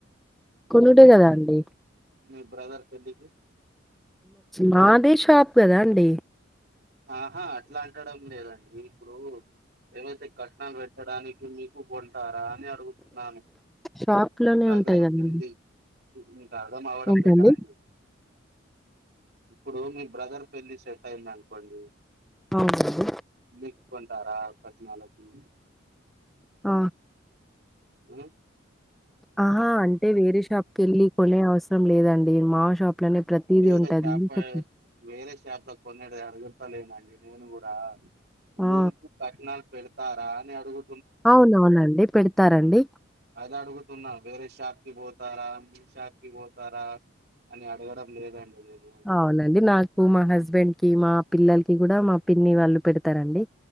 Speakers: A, in the centre; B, on the right (about 50°).
A: కొనుడే కదా అండి
B: మీ బ్రదర్ పెళ్లికి
A: మాదే షాపు కదా అండి
B: ఆహా అట్లాంటడం లేదండి ఇప్పుడు ఏవైతే కట్నలు పెట్టడానికి మీకు కొంటారా అని అ డుగుతున్నాను
A: షాప్ లోనే
B: బాదరొక్కింది
A: ఉంటాయి కదండి
B: మీక అర్దం అవ్వడం
A: ఏంటండి
B: లేదా అండి ఇప్పుడు మీ బ్రదర్ పెళ్లి సెట్టైందన్కోండి
A: అవ్నండి
B: నీక్కోంటార కట్నాలకి
A: ఆ
B: మెడం
A: అహా అంటే వేరే షాప్ కెళ్ళి కొనే అవసరం లేదండి మా షాప్ ప్లొనే ప్రతీదీ
B: వేరే
A: ఉంటాది
B: షాప్
A: తుప్
B: వేరే షాప్ లో కొనేడ్ది అడుగుతాలేనండి నేను గూడా
A: ఆ
B: నీకు కట్నాాల్ పెడుతారా అనే అడుగు
A: అవునవునండి పెడుతారండి
B: అది అడుగుతున్న వేరే షాప్ కి బోతారా మీ షాప్ కి బోతార అని అడగడం లేదండి అదేను
A: అవునండి నాకు మా హస్బెండ్ కి మా పిల్లల్కి గుడా మా పిన్ని వాళ్ళు పెడతారండి